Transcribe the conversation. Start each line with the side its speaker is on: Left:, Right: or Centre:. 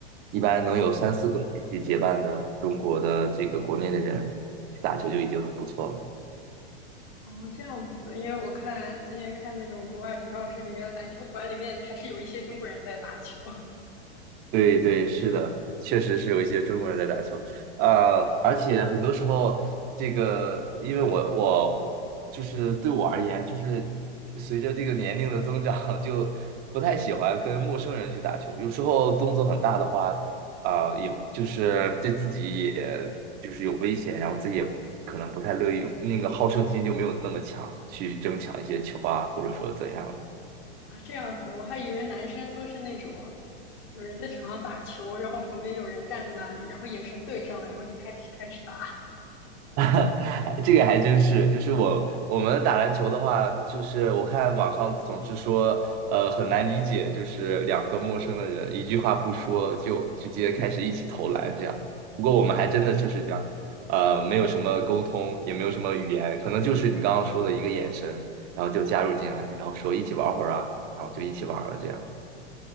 Right: 一般能有三四个一起结伴的中国的这个国内的人去打球就已经很不错了。
Left: 啊，哦，这样子，因为我看之前看那种国外学校视频，跟篮球馆里面还是有一些中国人在打球 <laughs>
Right: 对对，是的，确实是有一些中国人在打球，呃，而且很多时候，这个因为我我我就是对我而言，就是随着这个年龄的增长，<laughs> 就不太喜欢跟陌生人去打球。有时候动作很大的话，啊、也不就是对自己也就是有危险，然后自己也可能不太乐意，那个好胜心就没有那么强，去争抢一些球啊，或者说怎样的。
Left: 啊，这样子，我还以为男生都是那种有人在场上打球，然后旁边有人站在那里，然后眼神对上了，然后就开始开始打，
Right: <laughs> 这个还真是，就是我我们打篮球的话，就是我看网上总是说，呃，很难理解，就是两个陌生的人一句话不说就直接开始一起投篮这样。不过我们还真的就是这样，呃，没有什么沟通，也没有什么语言，可能就是你刚刚说的一个眼神，然后就加入进来，然后说一起玩会儿啊，然后就一起玩了这样。